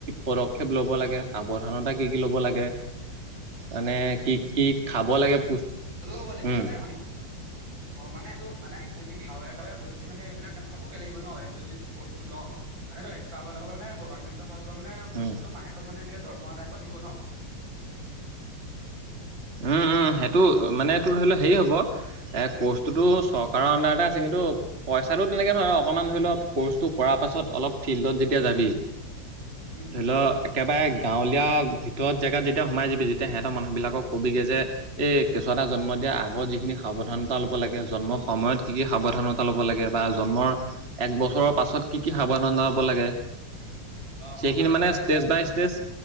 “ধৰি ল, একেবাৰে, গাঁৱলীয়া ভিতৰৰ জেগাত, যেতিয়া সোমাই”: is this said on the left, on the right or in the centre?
Right